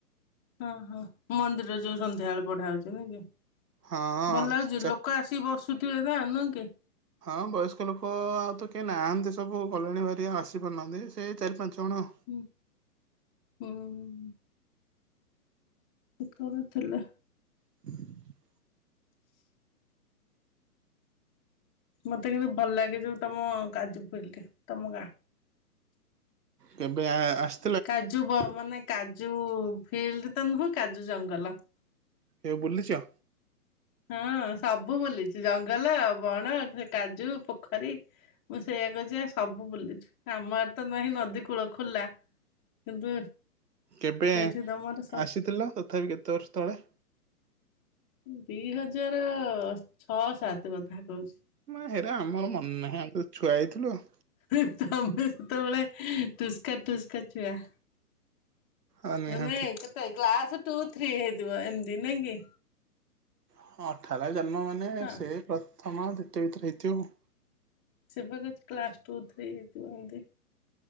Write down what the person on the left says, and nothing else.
ହଁ ହଁ ମନ୍ଦିରରେ ଯୋଉ ସନ୍ଧ୍ୟାବେଳେ ପଢ଼ା ହଉଚି ନାଇଁ କି?
ଭଲ ଲାଗୁଚି
ଲୋକ ଆସିକି ବସୁଥିବେ ନା ନୁହେଁ କି?
ହୁଁ ହୁଁ ହୁଁ ହୁଁ ହୁଁ। ପୁତୁରା ଥିଲେ।
ମତେ କିନ୍ତୁ ଭଲ ଲାଗେ ଯୋଉ ତମ କାଜୁ ଫିଲଡ଼ି ତମ ଗାଁ।
କାଜୁ ବ ମାନେ କାଜୁ ଫିଲ୍ଡ ତ ନୁହୁଁ କାଜୁ ଜଙ୍ଗଲ।
ହଁ ସବୁ ବୁଲିଚି ଜଙ୍ଗଲ, ବଣ, କାଜୁ, ପୋଖରୀ ମୁଁ ସେଇଆ କହୁଚି ଏ ସବୁ ବୁଲିଚୁ ଆମ ଆଡ଼େ ତ ନାହିଁ ନଦୀ କୂଳ ଖୋଲା। କିନ୍ତୁ
ସେଇଠି ତମର ସବୁ
ଦି ହଜାର ଅ ଅ ଛଅ ସାତେ କଥା କହୁଚି।
ହିଁ ତମେ ସେତବଳେ ଠୁସ୍କା ଠୁସ୍କା ଛୁଆ।
ତମେ କେତେ କ୍ଲାସ ଟୁ ଥ୍ରୀ ହେଇଥିବ ଏମତି ନାଇଁ କି?
ହଁ।
ସେ ପା କହୁଚି କ୍ଲାସ ଟୁ ଥ୍ରୀ ହେଇଥିବ ଏମତି